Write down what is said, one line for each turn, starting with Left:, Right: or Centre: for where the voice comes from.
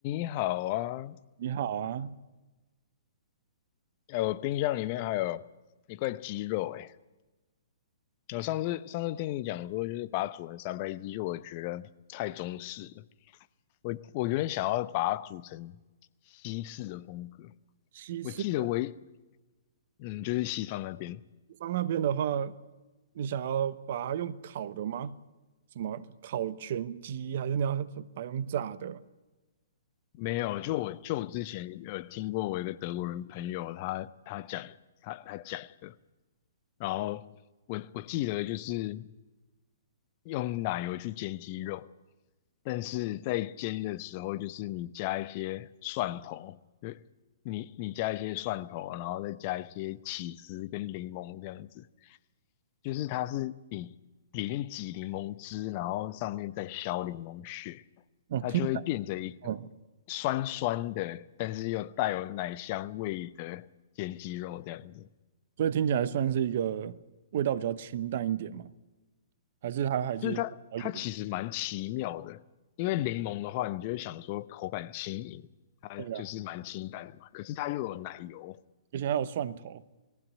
Left: 你好啊，
Right: 你好啊，
Left: 哎，我冰箱里面还有一块鸡肉，哎，我上次上次听你讲说，就是把它煮成三杯鸡，就我觉得太中式了，我我有点想要把它煮成西式的风格。
Right: 西式
Left: 我记得我一嗯，就是西方那边
Right: 北方那边的话，你想要把它用烤的吗？什么烤全鸡，还是你要把它用炸的？
Left: 没有，就我就我之前有听过我一个德国人朋友他他讲他他讲的，然后我我记得就是。用奶油去煎鸡肉，但是在煎的时候，就是你加一些蒜头，就你你加一些蒜头，然后再加一些起司跟柠檬这样子，就是它是你里面挤柠檬汁，然后上面再削柠檬屑，
Right: 哦，
Left: 它就会变成一个
Right: 听起来，嗯，
Left: 酸酸的，但是又带有奶香味的煎鸡肉这样子。
Right: 所以听起来算是一个味道比较清淡一点嘛，还是它还是比较有，
Left: 就是它它其实蛮奇妙的，因为柠檬的话，你就会想说口感轻盈，它就是蛮清淡的嘛，
Right: 对啊，
Left: 可是它又有奶油。
Right: 而且还有蒜头，